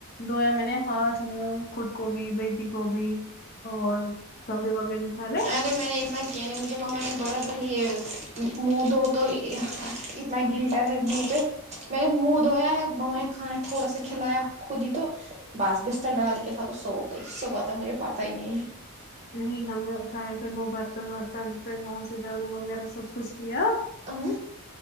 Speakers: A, on the left (about 45°); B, on the right (about 30°).
A: دویا میں نے ہاتھ منہ خود کو بھی بیٹی کو بھی اور کپڑے واپڈے نکالے
B: الے میں نے اتنا کیا نہیں مجھے ماما نے بہت پہلے یہ منہ دھو تو نہ گلٹر ہے منہ پے میں نے منہ دھویا ہے ماما نے کھانا تھوڑا سا کھلایا خود ہی تو باس بستر ڈال کے تھا تو سوگیی صبح تک مجھے پتا ہی نہیں ہے
A: نہیں ہم نے اٹھائے پھر وہ برتن ورتن پھر وہاں سے جاڑو وغیرہ سب پچتیا
B: ہے